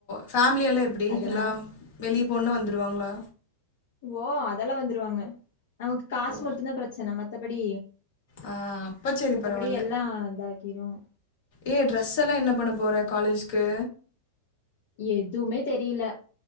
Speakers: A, on the left; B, on the left.
A: ஃபேமிலி எல்லாம் எப்டி
B: அதனால
A: எல்லாம் வெளியே போணன்னா வந்துருவாங்களா
B: ஓ அதெல்லாம் வந்துருவாங்க நமக்கு காச்
A: ஓ
B: முட்டும் பிரச்சன ம மற்றபடி
A: ஆ அப்போ சரி
B: மற்றபடி
A: பரவாயில்ல
B: எல்லாம் இதா கிறம்
A: ஏ ட்ரெஸ் எல்லாம் என்ன பண்ண போற காலேஜ்க்கு
B: எதுவுமே தெரியல